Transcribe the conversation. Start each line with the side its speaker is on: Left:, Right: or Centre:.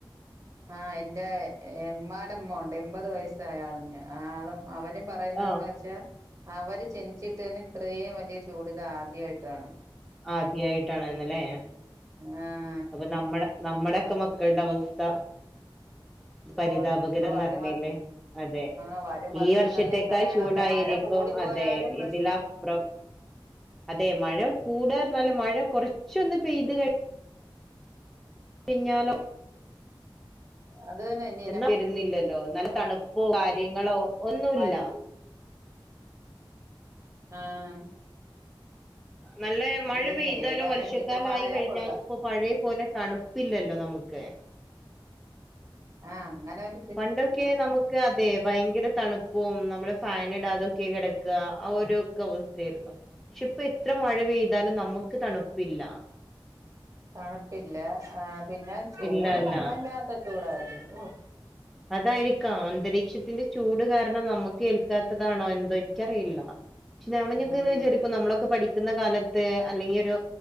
Right: ആഹ്, എന്റെ ഇമ്മാടെ മ്മണ്ട് എൺപത് വയസ്സായ ആളുണ്ട്. ആ ആളും. അവരും, പറയുന്നതെന്ന്
Centre: ആഹ്
Right: വെച്ചാ. അവര് ജനിച്ചിട്ട് തന്നെ ഇത്രയും വലൃ ചൂട് ഇത് ആദ്യയിട്ടാണ്.
Centre: ആദ്യായിട്ടാണ്ന്ന് ല്ലേ..
Right: ആഹ്
Centre: പ്പൊ നമ്മടെ, നമ്മടെയൊക്കെ മക്കൾടെ അവസ്ഥ. പരിതാപകരം
Right: ഓഹ് ഇനിയിപ്പ വരും
Centre: ന്നർഞ്ഞില്ലേ.
Right: വർ
Centre: അതെ,
Right: ആഹ് വരും വർഷങ്ങളില്
Centre: ഈ വർഷത്തേക്കായ്
Right: എങ്ങനെയാണോ
Centre: ചൂടായിരിക്കും.
Right: അത് മഴ കൂടിപ്പോയാലും
Centre: അതെ,
Right: പ്രശ്നാണ്
Centre: ഇതിലപ്രം. അതെ മഴ കൂടാർഞാല് മഴ കെറച്ചൊന്ന് പെയ്ത് കഴി പിഞ്ഞാലോ.
Right: അത് ന്നെ എനി
Centre: എന്നാ വരുന്നില്ലല്ലോ ന്നല്ല തണുപ്പും കാര്യങ്ങളും ഒന്നുല്ല.
Right: മതി ആഹ്.
Centre: നല്ല മഴ
Right: തന്നെ
Centre: പെയ്താലും
Right: ഏതായാലും
Centre: വർഷക്കാലയി
Right: മിതമായ
Centre: കഴിഞ്ഞാല്.
Right: കൊള്ളാം
Centre: പപ്പൊ പഴെ പോലെ തണുപ്പില്ലല്ലോ നമുക്ക്.
Right: ആഹ് അങ്ങനൊര്
Centre: പണ്ടൊക്കെ നമുക്ക് അ തെ ഭയങ്കര തണുപ്പും നമ്മള് ഫാന് ടാതൊക്കെ കിടക്കാ, ആ ഒരുക്കെ അവസ്ഥേര്ന്നു. ക്ഷെ പ്പിത്ര മഴ പെയ്താലും നമ്മുക്ക് തണുപ്പില്ല.
Right: തണുപ്പില്ല ആഹ് പിന്നെ ചൂട്
Centre: ഇല്ല ഇല്ല
Right: വല്ലാത്ത ചൂടായിരുന്നു ഓഹ്
Centre: അതായിരിക്കാം, അന്തരീക്ഷത്തിന്റെ ചൂട് കാരണം. ന്നമ്മക്ക് ഏൽക്കാത്തതാണോ, എന്തോ, എൻക്കറിയില്ല. ക്ഷ ഞാമഞെക്കെ
Right: ഉം
Centre: വിചാരിക്കും നമ്മളൊക്കെ പഠിക്കുന്ന കാലത്ത് അല്ലെങ്കിലെരു